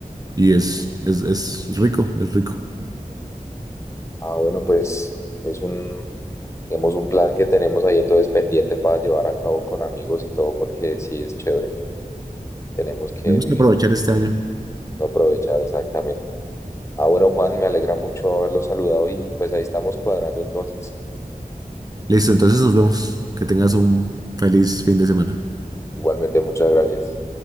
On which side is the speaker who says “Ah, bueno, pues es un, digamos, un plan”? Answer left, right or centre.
Left